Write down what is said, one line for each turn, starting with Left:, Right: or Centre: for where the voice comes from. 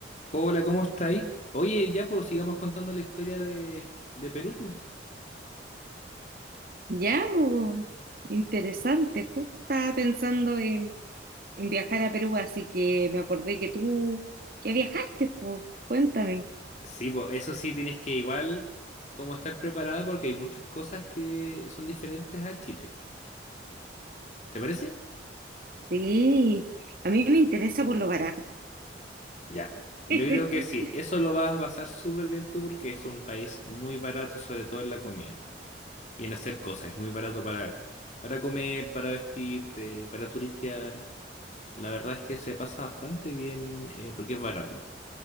Left: Hola, ¿cómo estáis? Oye, ya pues sigamos contando la historia de, de Perú. pues.
Right: Ya, bo, interesante. Justo estaba pensando en, en viajar a Perú, así que me acordé que tú ya viajaste, pues. Cuéntame.
Left: Sí, pues eso sí tienes que igual como estar preparada porque hay muchas cosas que son diferentes a Chile. ¿Te parece?
Right: Sí, a mí me interesa por lo barato.
Left: Ya, yo
Right: <laughs>
Left: creo que sí, eso lo vas a pasar súper bien tú porque es un país muy barato, sobre todo en la comida y en hacer cosas. Es muy barato para, para comer, para vestirte, para turistear. La verdad es que se pasa bastante bien eh, porque es barato.